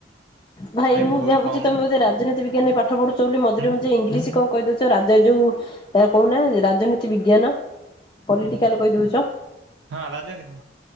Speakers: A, on the left (about 25°); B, on the right (about 85°).
A: ଭାଇ ମୁଁ
B: ବହୁତ
A: ଭାବୁଛି
B: କମ
A: ତମେ ବୋଧେ ରାଜନୀତି ବିଜ୍ଞାନରେ ପାଠ ପଢୁଛ ବୋଲି ମଝିରେ
B: ହୁଁ
A: ମଝେ ଇଂଲିଶ କହୁ କହିଦଉଛ ରାଜ ଯୋଉ ଏ କହୁନା ରାଜନୀତି ବିଜ୍ଞାନ। ପଲିଟିକାଲ କହିଦଉଛ।
B: ହଁ ରାଜନୀ ହଁ